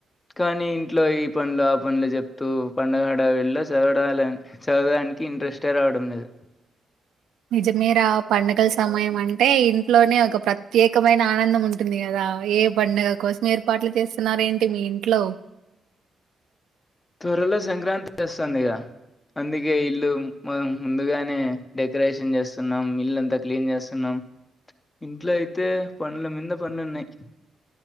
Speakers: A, on the left; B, on the right.
A: కానీ ఇంట్లో ఈ పనులు ఆ పనులు చెప్తూ పండగడ వీళ్ళ చదవాలని చదవడానికి ఇంట్రెస్టే రావడం లేదు
B: నిజమేర పండుగల సమయం అంటే ఇంట్లోనే ఒక ప్రత్యేకమైన ఆనందం ఉంటుంది కదా ఏ పండుగ కోసం ఏర్పాట్లు చేస్తున్నారుార ఏంటి మీ ఇంట్లో
A: త్వరలో సంక్రాంతి చేస్తుందిగా అందుకే ఇల్లు మం ముందుగానే డెకరేషన్ చేస్తున్నాం ఇల్లుంతా క్లీన్ చేస్తున్నాం ఇంట్లో అయితే పంల మీద పంలున్నాయి